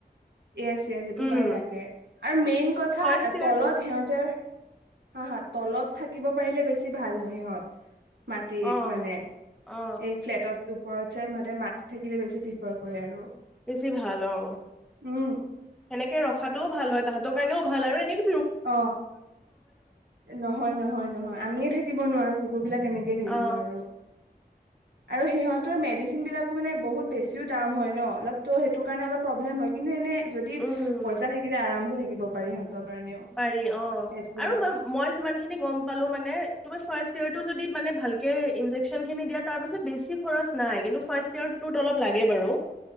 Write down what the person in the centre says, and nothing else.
উম
ফাৰ্ষ্ট ইয়াৰটো
অ
অ
বেছি ভাল অ
সেনেকে ৰখাতটোও ভাল হয় তাহাঁতৰ কাৰণেও ভাল আৰু এনেকি
অ
উম
পাৰি অ
আৰু ম মই যিমান খিনি গম পালো মানে তোমাৰ ফাষ্ট ফাৰ্ষ্ট ইয়েৰটো যদি ভালকে ইনজেকচনখিনি দিয়ে তাৰ পিছত বেছি খৰচ নাই ফাষ্ট ইয়েৰটো অলপ লাগে বাৰু